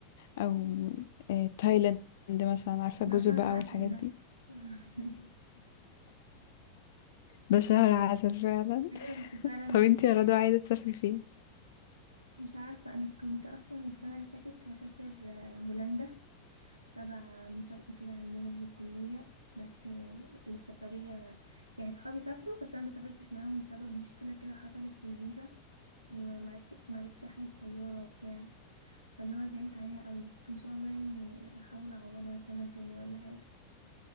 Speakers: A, on the left (about 55°); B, on the right (about 85°).
A: أو آه، تايلاند مثلا عارفة جزر
B: ده شهر
A: بقى
B: عسل
A: والحاجات
B: ده
A: دي
B: <laughs>
A: ده شهر عسل فعلا
B: ايوه بس فعلا
A: طب انتي يا
B: حلو
A: رضوى عايزة تسافري فين؟
B: مش عارفه انا كنت اصلا السنه اللي فاتت هسافر آه، هولندا تبع مسابقة كده عندنا في الكلية بس السفرية يعني صحابي سافروا بس أنا مسافرتش معاهم بسبب مشكلة كده حصلت في الفيزا ومعرف معرفتش أحجز طيارة وبتاع فاللي هو زعلت عليها قوي بس إن شاء الله يعني أحاول أعوضها السنة الجاية ولا حاجة